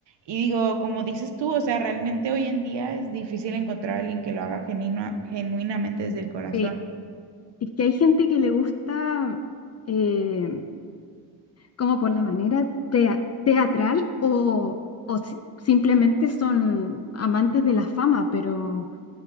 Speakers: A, on the right (about 60°); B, on the left (about 35°).
A: Y digo, como dices tú, o sea, realmente hoy en día es difícil encontrar a alguien que lo haga genuino- genuinamente desde el corazón.
B: sí. Es que hay gente que le gusta eh, como por la manera tea- teatral o, o si- simplemente son amantes de la fama, pero